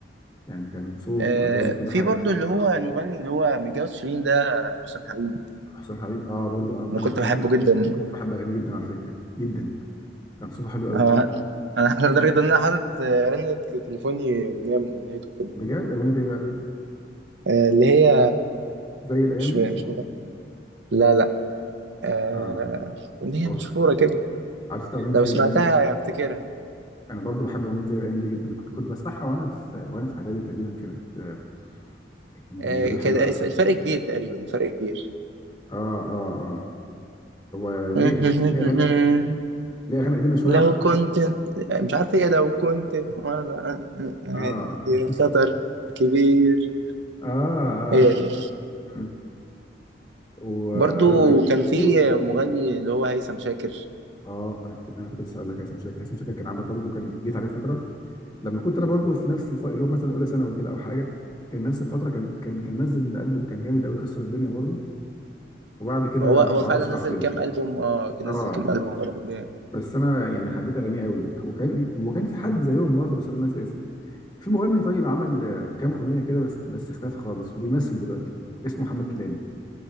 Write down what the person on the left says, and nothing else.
يعني كان صوت
واغاني وكل
حاجه
حسام حبيب اه برضو انا
انا
انا
كنت
كنت بحب اغانيه جدا على فكره جدا كان صوته حلو قوي
بجد اغنيه ايه بقى
زي الايام
دي
اه
خلاص
عرفت اغنيه
زي
الايام خلاص دي
انا برضو بحب اغنيه زي الايام دي جدا كنت كنت بسمعها وانا في وانا في اعدادي تقريبا كانت آه، كانت
بالنسبه لي
حلوه قوي
اه اه اه هو ليه
ليه اغاني ليه اغاني قديمه شويه
على فكره
اه
<laughs>
اه اه
عرفت
مم. واقول
لك
في
اه انا كنت انا كنت لسه اقول لك هيثم شاكر هيثم شاكر كان عامل برضه كان جيت عليه فتره لما كنت انا برضه في نفس الف... اللي هو مثلا اولى ثانوي كده او حاجه كان نفس الفتره كان كان كان نزل البوم كان جامد قوي كسر الدنيا برضه وبعد كده
ما
اعرفش
راح فين
اه
بس انا يعني حبيت اغانيه قوي وك- وكان وكان في حد زيهم برضه بس انا ناسي اسمه في مغني طيب عمل آه، كام اغنيه كده بس بس اختفى خالص وبيمثل دلوقتي اسمه محمد كيلاني